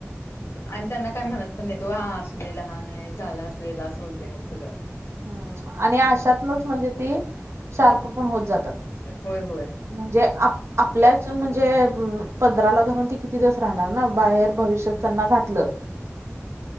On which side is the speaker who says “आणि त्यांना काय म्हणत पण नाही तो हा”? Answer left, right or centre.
Left